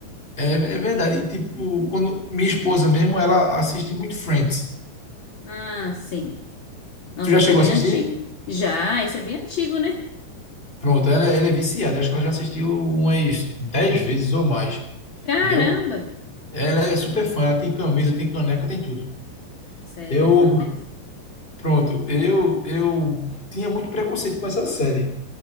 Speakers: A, on the left; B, on the left.
A: é, é verdade. E, tipo, quando minha esposa mesmo, ela assiste muito Friends.
B: Ah, sim. Nossa,
A: Tu já
B: esse
A: chegou
B: é bem
A: a assistir?
B: antigo. Já, esse é bem antigo, né?
A: Pronto, ela, ela é viciada. Acho que ela já assistiu umas 10 vezes ou mais.
B: Caramba.
A: Entendeu? Ela é super fã. Ela tem camisa, tem caneca, tem tudo.
B: Nossa, ela
A: Eu,
B: é fã mesmo.
A: pronto, eu, eu tinha muito preconceito com essa série.